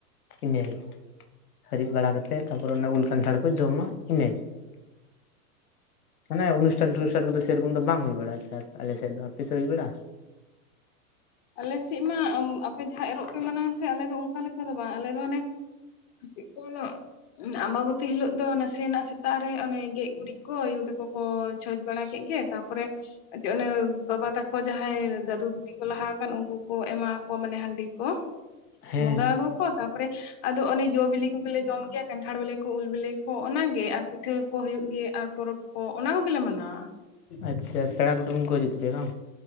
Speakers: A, on the left (about 85°); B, on the left (about 45°).
A: ᱤᱱᱟᱹ ᱦᱟᱹᱨᱤᱫ ᱵᱟᱲᱟ ᱠᱟᱛᱮ ᱛᱟᱯᱚᱨ ᱚᱱᱟ ᱩᱞ ᱠᱟᱱᱴᱷᱟᱲ ᱠᱚ ᱡᱚᱢᱟ ᱤᱱᱟᱹ ᱜᱮ ᱢᱟᱱᱮ ᱩᱱᱩᱥ ᱥᱴᱟᱱ ᱴᱩᱨᱥᱴᱟᱱ ᱠᱚᱫᱚ ᱥᱮᱨᱚᱠᱚᱢ ᱫᱚ ᱵᱟᱝ ᱦᱩᱭ ᱵᱟᱲᱼᱟᱷᱟ ᱟᱪᱷᱟ ᱟᱞᱮᱥᱮᱫ ᱫᱚ ᱟᱯᱮᱥᱮᱫ ᱦᱩᱭ ᱵᱟᱲᱼᱟ?
B: ᱟᱞᱮᱥᱮᱫ ᱢᱟ ᱟᱢ ᱟᱯᱮ ᱡᱟᱦᱟᱸ ᱮᱨᱚᱜ ᱯᱮ ᱢᱟᱱᱟᱣᱟ ᱥᱮ ᱟᱞᱮ ᱫᱚ ᱚᱱᱠᱟ ᱞᱮᱠᱟ ᱫᱚ ᱵᱟᱝ ᱟᱞᱮ ᱫᱚ ᱚᱱᱮ ᱯᱷᱤᱪᱟᱜ ᱠᱚ ᱩᱱᱟᱜ ᱟᱢᱵᱟᱵᱚᱛᱤ ᱦᱤᱞᱚᱜ ᱫᱚ ᱱᱟᱥᱮᱱᱟᱜ ᱥᱮᱛᱟᱜ ᱨᱮ ᱚᱱᱮ ᱜᱮᱡ ᱜᱩᱨᱤᱡ ᱠᱚ ᱭᱩ ᱛᱠᱚ ᱠᱚ ᱪᱷᱚᱸᱪ ᱵᱟᱲᱟ ᱠᱮᱫ ᱜᱮ ᱛᱟᱯᱚᱨᱮ ᱪᱮ ᱚᱱᱮ ᱵᱟᱵᱟ ᱛᱟᱠᱚ ᱡᱟᱦᱟᱸᱭ ᱫᱟᱫᱩ ᱵᱩᱰᱤ ᱠᱚ ᱞᱟᱦᱟ ᱠᱷᱟᱱ ᱩᱱᱠᱩ ᱠᱚ ᱮᱢᱟ ᱠᱚᱣᱟ ᱢᱟᱱᱮ ᱦᱟᱺᱰᱤ ᱠᱚ
A: ᱦᱮᱸ
B: ᱵᱚᱸᱜᱟ ᱦᱳᱠ ᱚ ᱛᱟᱯᱚᱨᱮ ᱟᱫᱚ ᱚᱱᱮ ᱡᱚ ᱵᱤᱞᱤ ᱠᱚᱜᱮᱞᱮ ᱡᱚᱢ ᱜᱮᱭᱟ ᱾ ᱠᱟᱱᱴᱷᱟᱲ ᱵᱤᱞᱤ ᱠᱚ ᱩᱞ ᱵᱤᱞᱤ ᱠᱚ ᱚᱱᱟᱜᱮ ᱟᱨ ᱯᱤᱴᱷᱟᱹ ᱠᱚ ᱦᱩᱭᱩᱜ ᱜᱮ ᱟᱨ ᱯᱚᱨᱚᱵᱽ ᱠᱚ ᱚᱱᱟ ᱠᱚᱜᱮᱞᱮ ᱢᱟᱱᱟᱣᱟ ᱾
A: ᱟᱪᱷᱟ ᱯᱮᱲᱟ ᱠᱩᱴᱩᱢ ᱠᱚ ᱦᱤᱡᱩᱜ ᱛᱟᱞᱮᱭᱟ ᱵᱟᱝ?